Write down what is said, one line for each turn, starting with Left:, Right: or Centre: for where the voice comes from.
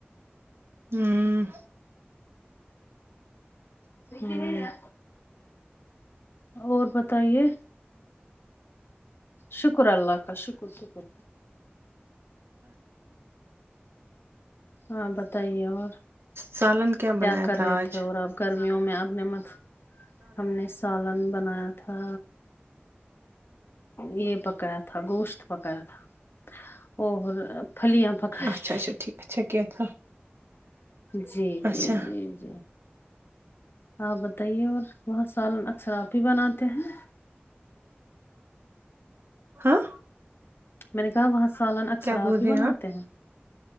Right: ہوں
Left: ہاں اور بتائیے شکر اللہ کاا شکر شکر ہاں بتائیے اور
Right: سالن کیا بنایا
Left: کر
Right: تھا
Left: رہے
Right: آج
Left: تھے اور آپ گرمیوں میں اپنے مت ہم نے سالن بنایا تھا یہ پکایا تھا گوشت پکا تھا اور پھلیاں پکائی
Right: اچا
Left: تھی
Right: اچا ٹھیک اچھا کیا تھا
Left: جی
Right: اچھا
Left: جی جی جی آپ بتائیے اور وہاں سالن اکثر آپ ہی بناتے ہیں
Right: ہاں
Left: میں نے کہا وہاں سالن اکثر
Right: کیا بول
Left: آپ ہی
Right: رہے
Left: بناتے ہیں